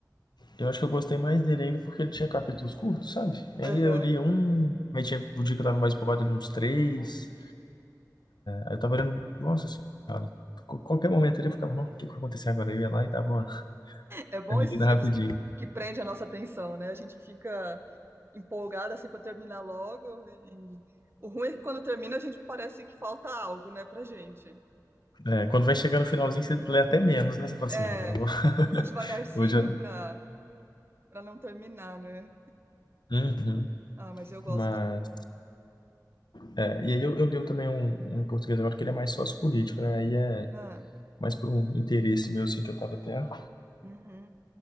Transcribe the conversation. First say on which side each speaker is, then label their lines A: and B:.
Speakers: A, on the left; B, on the right.
A: Eu acho que eu gostei mais dele ainda porque ele tinha capítulos curtos, sabe? E
B: Aham.
A: aí eu lia um, aí tinha o dia que eu tava mais empolgado ali uns três. Aí eu tava olhando, nossa senhora, qu- qualquer momento ali eu ficava, não, o que que vai acontecer agora? Eu ia lá e dava uma <laughs>
B: É bom
A: lida
B: esses livros
A: rapidinho.
B: que, que prendem a nossa atenção, né? A gente fica empolgada assim para terminar logo e o ruim é que quando termina a gente parece que falta algo, né, pra gente.
A: É, quando vai chegar no finalzinho, você lê até menos, né? Você fala
B: É,
A: assim, não, agora eu vou. <laughs>
B: vou devagarzinho
A: Hoje eu.
B: pra, pra não terminar, né?
A: Uhum.
B: Ah, mas eu gosto
A: Mas.
B: de.
A: é, e aí eu, eu leio também um, um em português agora que ele é mais sociopolítico, né? Aí é
B: Ah,
A: mais por um interesse meu, assim, que eu tava tendo.
B: uhum,